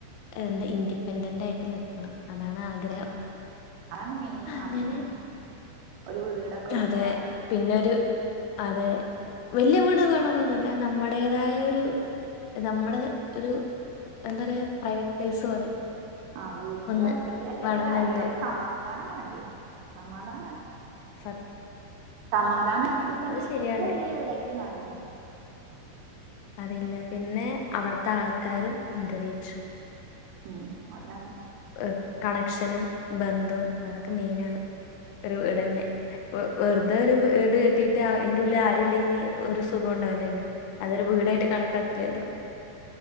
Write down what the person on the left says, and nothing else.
എന്താ ഇൻഡിപെൻഡന്റ് ആയിട്ട് നിക്കണം അതാണ് ആഗ്രഹം
അങ്ങനെ
അതെ. പിന്നൊരു അതെ വല്യ വീട് വേണം ന്നൊന്നുല്ല നമ്മുടേതായ ഒരു നമ്മുടെത് ഒരു എന്താ പറയാ പ്രൈവറ്റ് പ്ലേസ് പോലെ
ഒന്ന്
വേണന്നുണ്ട്.
സ
ശരിയാണ്.
അതല്ല പിന്നെ അവിടുത്തെ ആൾക്കാരും അന്തരീക്ഷം
ഏഹ്, കണക്ഷനും ബന്ധവും അതൊക്കെ മെയിനാണ് ഒരു വീട്ന്നെ വെറുതെ ഒരു വീട് കെട്ടിട്ട് അയിന്റെ ഉള്ളിൽ ആരുല്ലെങ്കിൽ ഒരു സുഖ ല്ലോ അതൊരു വീടായിട്ട് കണക്കാക്കില്ലല്ലോ